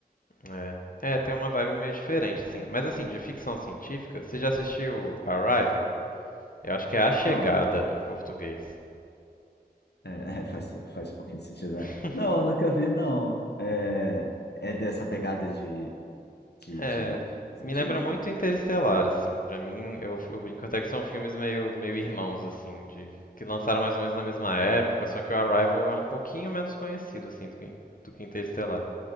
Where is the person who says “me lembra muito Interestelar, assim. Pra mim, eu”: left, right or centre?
Left